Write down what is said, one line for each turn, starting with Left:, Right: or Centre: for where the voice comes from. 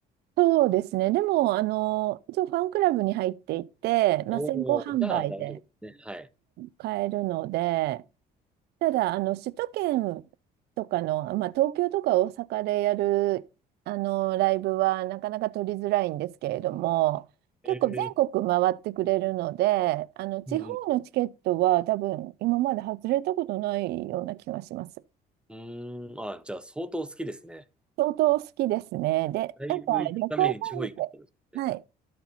Right: そうですね。でも、あの、一応ファンクラブに入っていて、まあ、
Centre: おー、
Right: 先行販売で
Centre: じゃあ大丈夫ですね。はい。
Right: 買えるので、ただ、あの、首都圏とかの、まあ、東京とか大阪でやる、あの、ライブはなかなか取りづらいんですけれども、結構全国回ってくれるので、
Centre: えー、
Right: あの、地方のチケットは多分今まで外れたことないような気がします。
Centre: うん、うん。うーん、あ、じゃあ相当好きですね。
Right: 相当好きですね。で、
Centre: ライブ行くために地方行くってことですね。
Right: なんか旅行ファンって、はい。